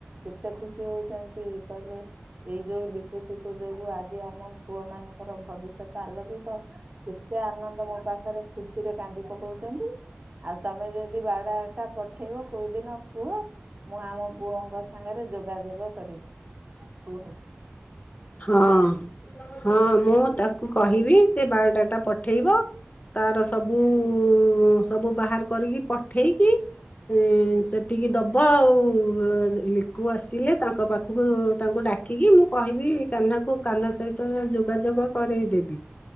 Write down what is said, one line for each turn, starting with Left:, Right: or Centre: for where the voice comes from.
Right: କେତେ ଖୁସି ହଉଚନ୍ତି କହିଲେ ଏଇ ଯୋଉ ଲିପୁଚିପୁ ଯୋଗୁ ଆଜି ଆମ ପୁଅ ମାନଙ୍କର ଭବିଷ୍ୟତ ଆଲୋକିତ କେତେ ଆନନ୍ଦ ମୋ ପାଖରେ ଖୁସି ସିରେ କାନ୍ଦି ପକଉଚନ୍ତି। ଆଉ ତମେ ଯଦି ବାୟୋ ଡାଟା ପଠେଇବ କେଉଁଦିନ କୁହ ମୁଁ ଆମ ପୁଅଙ୍କ ସାଙ୍ଗରେ ଯୋଗାଯୋଗ କରିବି କୁହ।
Left: ହଁ ହଁ ମୁଁ ତା କୁ କହିବି ସେ ବାଇଓଡାଟା ପଠେଇବ ତାର ସବୁ ମୁଁ ସବୁ ବାହାର କରିକି ପଠେଇକି ଉଁ ସେଠିକି ଦବ ହ ଆଉ ଲିକୁ ଆସିଲେ ତାଙ୍କ ପାଖକୁ ତାଙ୍କୁ ଡାକିକି ମୁଁ କହିବି କାହ୍ନାକୁ କାହ୍ନା ସହିତ ଯୋଗାଯୋଗ କରଇଦେବି